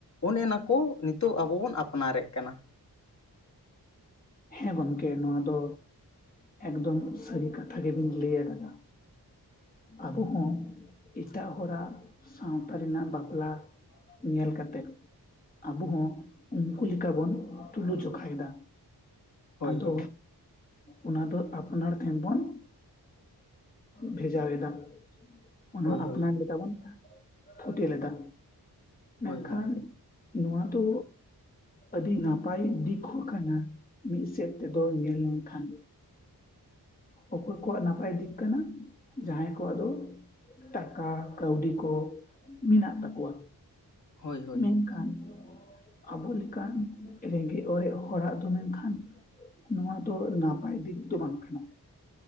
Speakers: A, on the left; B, on the left.
A: ᱚᱱᱮᱱᱟ ᱠᱚ ᱱᱤᱛᱚᱜ ᱟᱵᱚ ᱵᱚᱱ ᱟᱯᱱᱟᱨᱮᱫ ᱠᱟᱱᱟ᱾
B: ᱦᱮᱸ ᱜᱚᱝᱠᱮ ᱱᱚᱣᱟ ᱫᱚ ᱮᱠᱫᱚᱢ ᱥᱟᱹᱨᱤ ᱠᱟᱛᱷᱟ ᱜᱮᱵᱤᱱ ᱞᱟᱹᱭ ᱟᱠᱟᱫᱟ᱾ ᱟᱵᱚ ᱦᱚᱸ ᱮᱴᱟᱜ ᱦᱚᱲᱟᱜ ᱥᱟᱣᱛᱟ ᱨᱮᱱᱟᱜ ᱵᱟᱯᱞᱟ ᱧᱮᱞ ᱠᱟᱛᱮᱜ ᱟᱵᱚ ᱦᱚᱸ ᱩᱱᱠᱩ ᱞᱮᱠᱟ ᱵᱚᱱ? ᱛᱩᱞᱩ ᱡᱚᱠᱷᱟᱭ ᱫᱟ
A: ᱦᱳᱭ
B: ᱟᱫᱚ
A: ᱦᱳᱭ
B: ᱚᱱᱟ ᱫᱚ ᱟᱯᱱᱟᱨ ᱴᱷᱮᱱ ᱵᱚᱱ ᱵᱷᱮᱡᱟᱣᱟᱫᱟ ᱚᱱᱟᱦᱚ
A: ᱦᱳᱭ
B: ᱟᱯᱱᱟᱨ
A: ᱦᱳᱭ
B: ᱞᱮᱠᱟ ᱵᱚᱱ ᱯᱷᱴᱮᱞ ᱞᱮᱫᱟ ᱢᱮᱱᱠᱷᱟᱱ᱾
A: ᱦᱳᱭ ᱜᱚᱢᱠᱮ
B: ᱱᱚᱣᱟ ᱫᱚ ᱟᱹᱰᱤ ᱱᱟᱯᱟᱭ ᱵᱟᱭ ᱫᱤᱠᱩ ᱠᱟᱱᱟ ᱢᱤᱫ ᱥᱮᱫ ᱛᱮᱫᱚ ᱧᱮᱞ ᱞᱮᱱᱠᱷᱟᱱ ᱚᱠᱚᱭ ᱠᱚᱣᱟᱜ ᱱᱟᱯᱟᱭ ᱫᱤᱠ ᱠᱟᱱᱟ ᱡᱟᱦᱟᱸᱭ ᱠᱚᱣᱟᱜ ᱫᱚ ᱴᱟᱠᱟ ᱠᱟᱹᱣᱰᱤ ᱠᱚ ᱢᱮᱱᱟᱜ ᱛᱟᱠᱣᱟ
A: ᱦᱳᱭ ᱦᱳᱭ
B: ᱢᱮᱱᱠᱷᱟᱱ ᱟᱵᱚ ᱞᱮᱠᱟᱱ ᱨᱮᱸᱜᱮᱡ ᱚᱨᱮᱡ ᱦᱚᱲᱟᱜ ᱫᱚ ᱢᱮᱱᱠᱷᱟᱱ ᱱᱚᱣᱟ ᱫᱚ ᱱᱟᱯᱟᱭ ᱫᱤᱠ ᱫᱚ ᱵᱟᱝ ᱠᱟᱱᱟ᱾